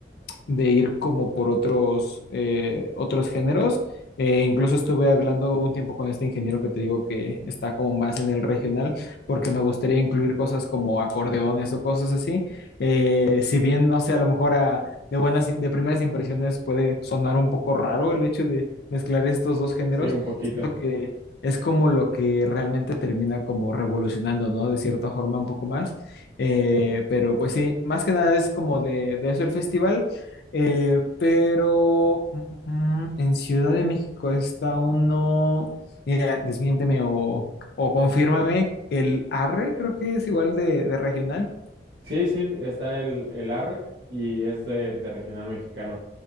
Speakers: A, on the left; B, on the right.
A: de ir como por otros, eh, otros géneros. Eh, incluso estuve hablando un tiempo con este ingeniero que te digo que está como más en el regional, porque
B: Ujú.
A: me gustaría incluir cosas como acordeones o cosas así. Eh, si bien, no sé, a lo mejor a- de buenas, de primeras impresiones puede sonar un poco raro el hecho de mezclar estos dos géneros,
B: Sí, un poquito.
A: siento que es como lo que realmente termina como revolucionando, ¿no? De cierta forma un poco más. Eh, pero pues sí, más que nada es como de, de eso el festival. Eh, pero mm, mm, mm, en Ciudad de México está uno, mira, desmiénteme o, o confírmame, el ARRE creo que es igual de, de regional.
B: Sí, sí, está el, el Arre y es de, de regional mexicano.